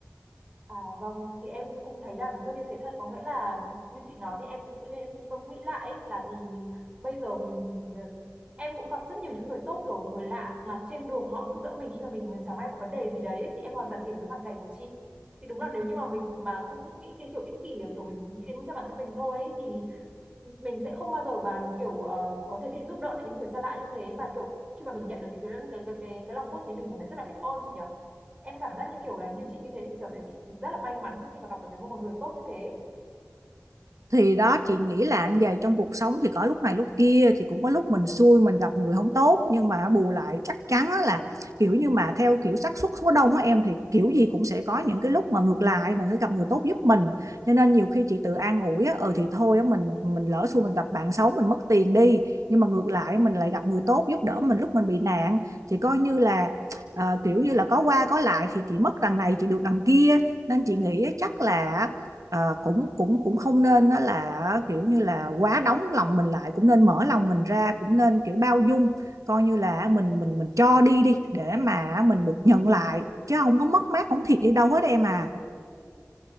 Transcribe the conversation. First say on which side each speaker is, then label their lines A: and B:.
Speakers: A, on the right (about 20°); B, on the right (about 80°).
A: À, vâng thì em cũng thấy là đúng là như thế thật có nghĩa là như chị nói thì em cũng tự nhiên em cũng nghĩ lại ấy, là vì bây giờ mình em cũng gặp rất nhiều những người tốt kiểu người lạ mặt trên đường họ giúp đỡ mình khi mà mình chẳng may có vấn đề gì đấy ấy, thì em hoàn toàn hiểu cái hoàn cảnh của chị thì đúng là nếu như mà mình mà cũng nghĩ cái kiểu ích kỷ kiểu mình chỉ nghĩ đến cho bản thân mình thôi ấy, thì mình sẽ không bao giờ mà kiểu ờ, có thể đi giúp đỡ được những người xa lạ như thế và kiểu khi mà mình nhận được những cái cái cái cái, cái lòng tốt thế mình cảm thấy rất là biết ơn chị nhỉ em cảm giác như kiểu là như chị như thế thì cảm thấy chị rất là may mắn khi mà gặp được cái một người tốt như thế
B: thì đó chị nghĩ là về trong cuộc sống thì có lúc này lúc kia thì cũng có lúc mình xui mình gặp người không tốt nhưng mà bù lại chắc chắn á là kiểu như mà theo kiểu xác suất số đông á em thì kiểu gì cũng sẽ có những cái lúc mà ngược lại mình sẽ gặp người tốt giúp mình cho nên nhiều khi chị tự an ủi á ừ thì thôi á mình mình lỡ xui mình gặp bạn xấu mình mất tiền đi nhưng mà ngược lại mình lại gặp người tốt giúp đỡ mình lúc mình bị nạn thì coi như là à, kiểu như là có qua có lại thì chị mất đằng này chị được đằng kia nên chị nghĩ chắc là Ờ, cũng cũng cũng không nên nó là kiểu như là quá đóng lòng mình lại cũng nên mở lòng mình ra cũng nên kiểu bao dung coi như là mình mình mình cho đi đi để mà mình được nhận lại chứ không có mất mát không thiệt đi đâu hết em à